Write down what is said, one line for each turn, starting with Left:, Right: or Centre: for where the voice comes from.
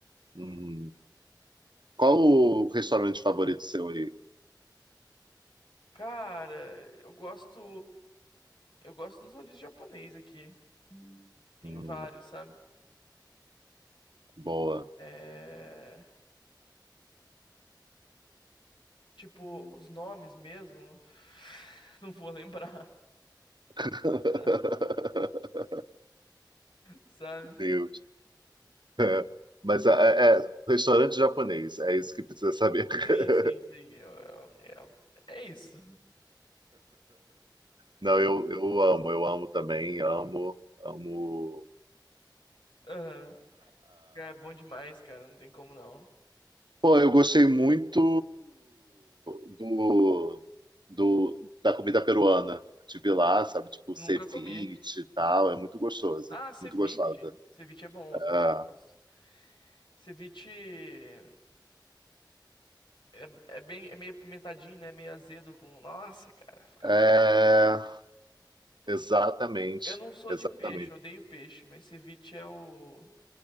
Right: uhum. Qual o restaurante favorito seu aí?
Left: Cara, eu gosto. Eu gosto dos rodízios japonês aqui. Tem
Right: Hum,
Left: vários, sabe?
Right: boa.
Left: É. Tipo, os nomes mesmo. <sighs> Não vou lembrar,
Right: <laughs>
Left: né? sabe?
Right: Deus. É, Mas é, é, restaurante japonês, é isso que precisa saber. <laughs>
Left: Sim, sim, sim. eu- eu- eu- é isso.
Right: Não, eu, eu amo, eu amo também, amo, amo.
Left: Aham. Cara, É bom demais, cara. Não tem como não.
Right: Pô, eu gostei muito do, do, da comida peruana. Tive lá, sabe, tipo,
Left: Nunca
Right: ceviche
Left: comi.
Right: e tal, é muito gostosa,
Left: Ah, ceviche.
Right: muito gostosa.
Left: Ceviche é bom,
Right: É,
Left: ceviche eu gosto. Ceviche é, é bem, é meio apimentadinho, né? Meio azedo com. Nossa, cara, fica bom.
Right: é, exatamente,
Left: Eu não sou
Right: exatamente.
Left: de peixe, eu odeio peixe, mas ceviche é o